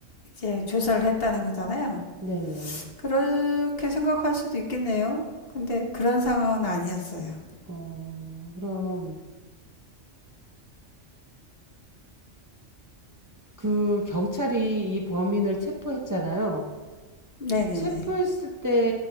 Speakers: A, on the left (about 55°); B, on the right (about 20°).
A: 이제 조사를 했다는 거잖아요.
B: 네네.
A: 그렇게 생각할 수도 있겠네요. 근데 그런 상황은 아니었어요.
B: 어 그럼 그 경찰이 이 범인을 체포했잖아요.
A: 네네네.
B: 체포했을 때